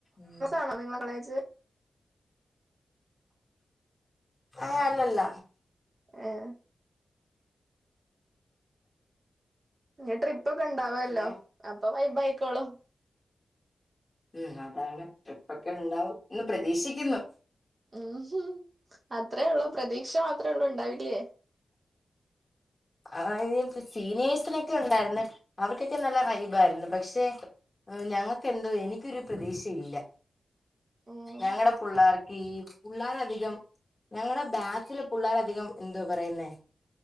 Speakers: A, on the left; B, on the right.
A: ഉം
B: ആണോ നിങ്ങള കളേജ്.
A: അഹ് അല്ലല്ല.
B: ഏഹ് ഇനി ട്രിപ്പ് ഒക്കെ ഉണ്ടാവല്ലോ
A: ഉം
B: അപ്പൊ വായിക്കോളും.
A: ഉം അതാണ് ട്രിപ്പൊക്കെ ഉണ്ടാവും എന്ന് പ്രതീക്ഷിക്കുന്നു.
B: ഉം ഉ അത്രേ ഉള്ളൂ പ്രതീക്ഷ മാത്രേ ഉള്ളൂ. ഉണ്ടാവില്ലേ.
A: ആ സീനിയേഴ്സിനൊക്കെ ഉണ്ടായിരുന്ന്. അവർക്കൊക്കെ നല്ല വൈബായിരുന്നു പക്ഷെ ഞങ്ങൾക്ക് എന്തോ എനിക്കൊരു പ്രതീക്ഷയില്ല.
B: ഉം
A: ഞങ്ങളുടെ പുള്ളാർക്ക് ഈ പുള്ളാരധികം ഞങ്ങളുടെ ബാച്ചില പുള്ളാരധികം എന്തോ പറയുന്നേ